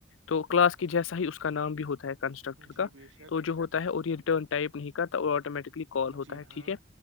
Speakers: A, on the left; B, on the right.
A: تو کلاس جیسا ہی اس کا نام بھی ہوتا ہے کنسٹرکٹر
B: جی
A: کا
B: بے شک
A: تو جو ہوتا ہے اور ٹائپ نہیں کرتا اور ٹوٹلی کال ہوتا
B: جی
A: ہے
B: ہاں
A: ٹھیک ہے